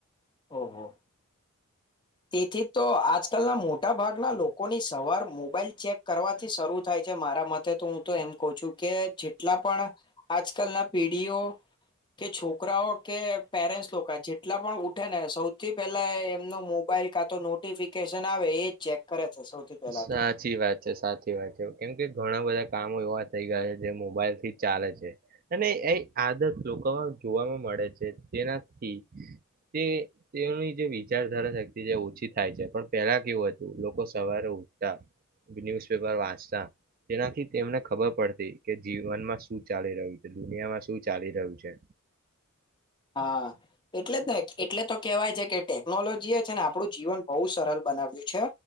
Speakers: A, on the left; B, on the right.
A: ઓહો તેથી તો આજકાલના મોટા ભાગના લોકોની સવાર, મોબાઈલ ચેક કરવાથી શરૂ થાય છે. મારા મતે તો હું તો એમ કહ છું કે, જેટલા પણ આજકાલના પીઢીઓ, કે છોકરાઓ, કે પેરેન્ટ્સ લોકો, જેટલા પણ ઉઠે ને સૌથી પહેલા એમનો મો મોબાઈલ કાતો નોટિફિકેશન આવે, એ જ ચેક કરે. છે સૌથી પહેલા
B: સાચી
A: તો
B: વાત છે. સાચી વાત છે. કેમ કે ઘણા બધા કામો એવા થઈ ગયા છે. જે મોબાઈલ થી ચાલે છે. અને એ આદત લોકોમાં જોવાવામાં મળે છે. તેનાથી તે તેની જે વિચારધારા શક્તિ છે, ઓછી થાય છે. પણ પહેલા કેવું હતું લોકો સવારે ઉઠતા ન્યુઝપેપર વાંચતા તેનાથી તેમને ખબર પડતી કે જીવનમાં શું ચાલી રહ્યું છે દુનિયામાં શું ચાલી રહ્યું છે.
A: હા એટલે એટલે તો કેહેવાય છે કે ટેકનોલોજી એ છે ને આપણું જીવન બહુ સરળ બનાવ્યું છે